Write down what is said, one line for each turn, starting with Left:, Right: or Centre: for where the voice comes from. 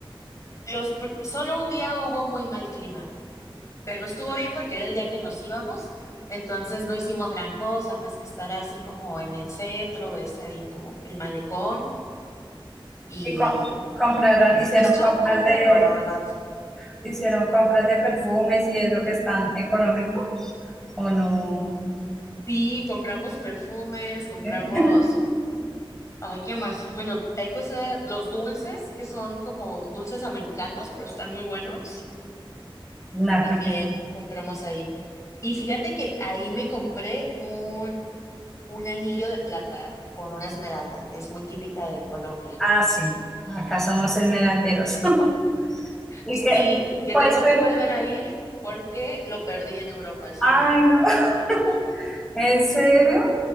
Left: Los, pr- solo un día hubo muy mal clima, pero estuvo bien porque era el día que nos íbamos, entonces no hicimos gran cosa más que estar así como en el centro, ves ahí como el malecón y,
Centre: Y co- compraron, hicieron
Left: y estuvo
Centre: compras
Left: muy
Centre: de,
Left: rico, la verdad.
Centre: hicieron compras de perfumes y eso que es tan económico, ¿o no?
Left: Sí, compramos perfumes, compramos
Centre: <laughs>
Left: Ay, ¿qué más? Bueno, hay cosas, los dulces, que son como dulces americanos, pero están muy buenos.
Centre: Nada.
Left: También compramos ahí. Y fíjate que ahí me compré un, un anillo de plata con una esmeralda, que es muy típica de Colombia.
Centre: Ah, sí, acá somos esmeralderos. <laughs> Y
Left: Sí,
Centre: que,
Left: que
Centre: pues,
Left: tengo
Centre: pero-
Left: que volver a ir porque lo perdí en Europa, ese
Centre: ay,
Left: anillo.
Centre: no, <laughs> ¿en serio?